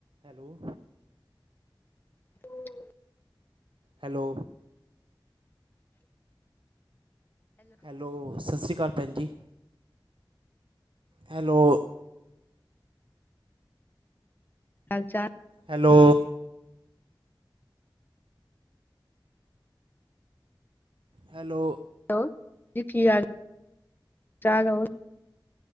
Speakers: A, on the right; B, on the left.
A: ਹੈਲੋ।
B: ਉਹ
A: ਹੈਲੋ। ਹੈਲੋ ਸਤਿ ਸ਼੍ਰੀ ਅਕਾਲ ਭੈਣ ਜੀ ਹੈਲੋ।
B: ਚ
A: ਹੈਲੋ। ਹੈਲੋ।
B: ਹੈਲੋ ਕੀ ਹਾਲ ਕਿਆ ਹਾਲ ਹੋ